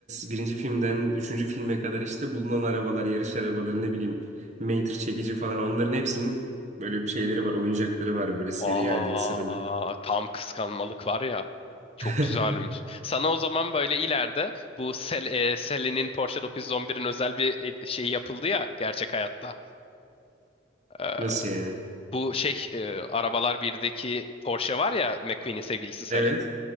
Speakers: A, on the right; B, on the left.
A: birinci filmden üçüncü filme kadar işte bulunan arabalar, yarış arabaları ne bileyim Mater çekici falan onların hepsinin böyle bir şeyleri var, oyuncakları var böyle seri
B: Aa,
A: halde sıralı.
B: tam kıskanmalık var ya. Çok
A: <laughs>
B: güzelmiş. Sana o zaman böyle ileride bu Sel, e, Sally'nin Porsche 911'in özel bir e- şey yapıldı ya gerçek hayatta. Ee,
A: Nasıl yani?
B: bu şey e, Arabalar birdeki Porsche var ya McQueen'in sevgilisi Sally.
A: Evet.